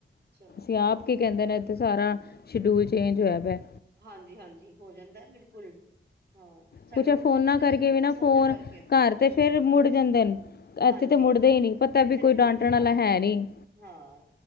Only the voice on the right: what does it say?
ਚਲੋ।
ਹਾਂਜੀ-ਹਾਂਜੀ, ਹੋ ਜਾਂਦਾ, ਬਿਲਕੁਲ, ਹਾਂ। ਸਾਡੇ
ਕੋਲ
ਕੋ
ਫੋਨਾਂ
ਕਰਕੇ ਹੂੰ
ਹਾਂਜੀ
ਇੱਥੇ
ਨੀ ਮੁੜਦੇ
ਹਾਂ
ਹਾਂ,